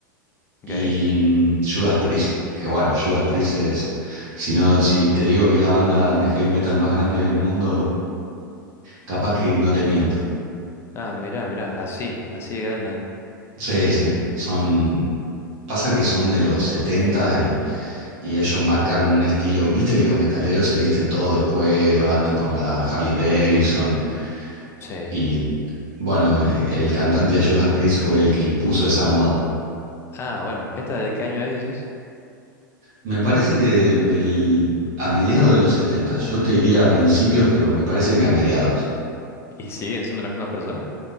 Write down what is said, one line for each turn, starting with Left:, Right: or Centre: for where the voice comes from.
Left: Ok.
Right: y mm, Judas Priest, que bueno, Judas Priest es, si no, si te digo que es la banda de heavy metal más grande del mundo, capaz que no te miento.
Left: Ah, mirá, mirá, así, así de grande.
Right: Sí, sí, son, pasa que son de los 70 y, y ellos marcaron un estilo, viste que los metaleros se visten todo de cuero, andan con la Harley Davidson
Left: Sí.
Right: y bueno, eh, el cantante de Judas Priest fue el que impuso esa moda.
Left: Ah, bueno, ¿esta de qué año es, decís?
Right: Me parece que del, a mediados de los 70, yo te diría a principios, pero me parece que a mediados.
Left: ¿Y siguen siendo las mismas personas?